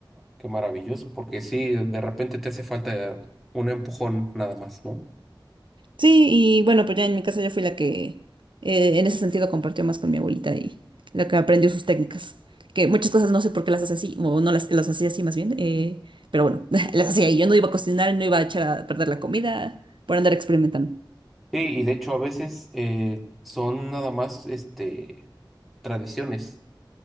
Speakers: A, in the centre; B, on the right (about 75°).
A: Qué maravilloso, porque sí, de repente te hace falta un empujón nada más, ¿no?
B: Sí, y bueno, pues ya en mi casa yo fui la que eh, en ese sentido compartió más con mi abuelita y la que aprendió sus técnicas. Que muchas cosas no sé por qué las hace así, o no las, las hacía así más bien, eh, pero bueno, <laughs> las hacía y yo no iba a cocinar, no iba a echar a perder la comida por andar experimentando.
A: Sí, y de hecho a veces eh, son nada más este tradiciones.